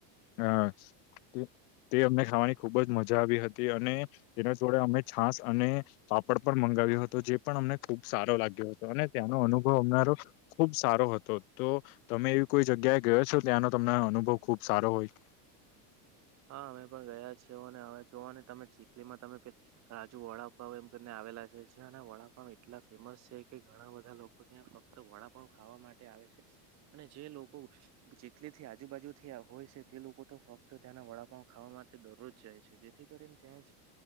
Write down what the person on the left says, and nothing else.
હ તે અમને ખાવાની ખુબ જ મજા આવી હતી અને જેના જોડે અમે છાસ અને પાપડ પર મંગાવ્યો હતો જે પણ અમને ખુબ સારો લાગ્યો હતો અને ત્યાનો અનુભવ અમરો ખુબ સારો હતો તો તમે એવી કોઈ જગ્યાએ ગયો છો ત્યાંનો તમને અનુભવ ખુબ સારો હોય.